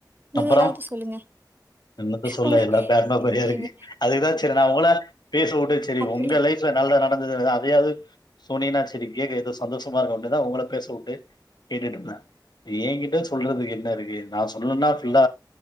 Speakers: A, on the right; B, on the left.
A: நீங்க
B: அப்பறோ
A: ஏதாவது சொல்லுங்க.
B: என்னத்த சொல்ல
A: உங்க
B: எல்லா பேட்மா போ
A: இது
B: இருக்கு அதுக்குதா ச்செர் நா அவங்கள பேச வுட்டு சரி
A: அப்படி
B: உங்க லைஃப்ல நல்லா நடந்ததுதா பிரியாது சொன்னினா செரி கேக்க எதோ சந்தோஷமா இருக்குண்ட்டுதா உங்கள்ல பேசவுட்டு கேட்டுட்ருந்த இப்ப ஏங் கிட்ட சொல்றதுக்கு என்ன இருக்கு நா சொல்லுன்னா இல்ல